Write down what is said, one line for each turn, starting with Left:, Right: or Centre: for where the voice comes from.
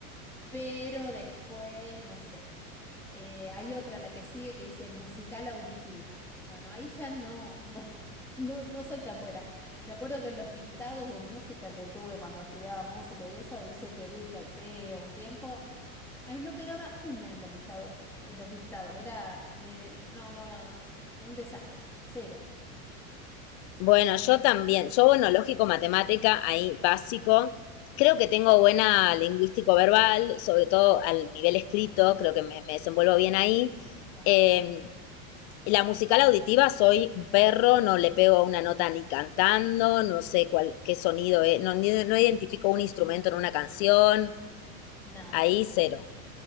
Centre: Pero después, no sé, eh, hay otra, la que sigue, que dice musical auditiva. Bueno, ahí ya no, no, <laughs> no, no soy tan buena. Me acuerdo que en los dictados de música que tuve cuando estudiaba música y eso, hice teoría y solfeo un tiempo. Ay, no pegaba una en los dictados, en los dictados. Era, me- no, no, no, no, un desastre, cero,
Left: Bueno, yo también. Yo, bueno, lógico, matemática, ahí básico. Creo que tengo buena lingüístico verbal, sobre todo al nivel escrito, creo que me, me desenvuelvo bien ahí.
Centre: Claro.
Left: Eh, la musical auditiva, soy un perro, no le pego a una nota ni cantando, no sé cuál, qué sonido es, no, ni- no identifico un instrumento en una canción,
Centre: nada.
Left: ahí cero.